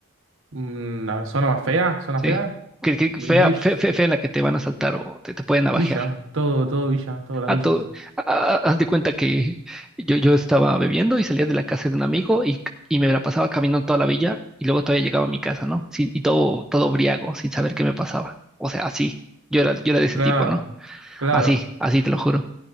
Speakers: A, on the right; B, in the centre.
A: Una zona más fea, zona
B: ¿sí?
A: fea.
B: Que, que
A: Y
B: fea,
A: una villa.
B: fe- fe- fea, en la que te van a saltar o te, te pueden navajear.
A: Villa, todo, todo villa, todas las
B: a
A: villas.
B: todo, ah, haz de cuenta que yo, yo estaba bebiendo y salía de la casa de un amigo y, y me la pasaba caminando toda la villa y luego todavía llegaba a mi casa, ¿no? Sí, y todo, todo briago, sin saber qué me pasaba. O sea, así. Yo era, yo era de ese
A: Claro,
B: tipo, ¿no?
A: claro.
B: Así, así te lo juro.